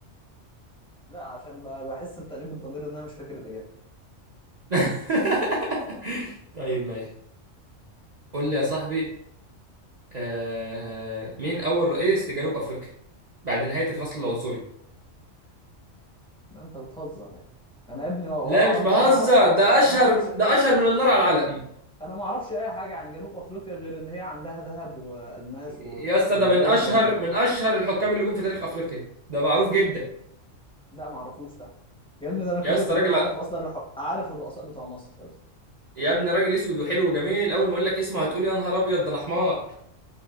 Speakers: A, in the centre; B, on the right.
A: لا عشان ب- بحس بتأنيب الضمير ان انا مش فاكر الاجابة
B: <laughs> طيب ماشي قول لي يا صاحبي آه... مين أول رئيس لجنوب أفريقيا بعد نهاية الفصل العنصري
A: لا انت بتهزر يعني انا يا ابني ولا
B: لا
A: اعرف
B: مش بهزر
A: انا ما اعرفش
B: ده أشهر
A: انا ما اعرفش
B: ده أشهر من النار على العلم
A: انا ما اعرفش اي حاجه عن جنوب افريقيا غير ان هي عندها ذهب والماس
B: يا
A: و...
B: اسطى
A: وبلد
B: ده من أشهر
A: غنيه
B: من أشهر الحكام اللي جم في تاريخ أفريقيا ده معروف جدا
A: لا ما اعرفوش فعلا يا ابني ده انا كويس
B: يا اسطى
A: ان
B: راجل
A: انا عارف اصلا الح... عارف الرؤساء بتوع مصر
B: يا ابني راجل أسود وحلو وجميل أول ما أقول لك اسمه هتقول يا نهار أبيض ده أنا حمار